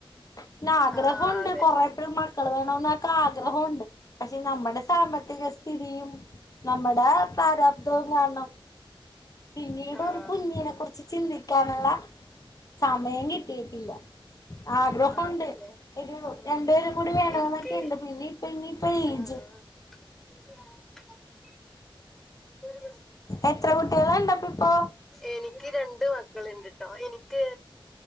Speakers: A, on the left; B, in the centre.
A: ട്ട് പിന്ന ആഗ്രഹോണ്ട്
B: ആ അതെ
A: കൊറെ മക്കൾ വേണ എന്നൊക്കെ ആഗ്രഹമുണ്ട് പക്ഷെ നമ്മുടെ സാമ്പത്തിക സ്ഥിതിയും നമ്മടെ പ്രാരാബ്ദവും കാരണം പിന്നീട്
B: ആ
A: ഒരു കുഞ്ഞിനെ കുറിച്ച് ചിന്തി ക്കാന്ള്ള സമയം കിട്ടിയിട്ടില്ല ആഗ്രഹുണ്ട്
B: അതെല്ലേ
A: ഒരു
B: ഉം
A: രണ്ടുപേരും കൂടി വേണമെന്നൊക്കെ
B: എനിക്ക്
A: ഇണ്ട് പിന്നെ ഇപ്പ ഇനിയിപ്പൊ ഏജ്
B: ആ <unintelligible>
A: എത്ര കുട്ടികളണ്ട് അപ്പ ഇപ്പൊ
B: എനിക്ക് രണ്ട് മക്കള്ണ്ട്ട്ടോ എനിക്ക്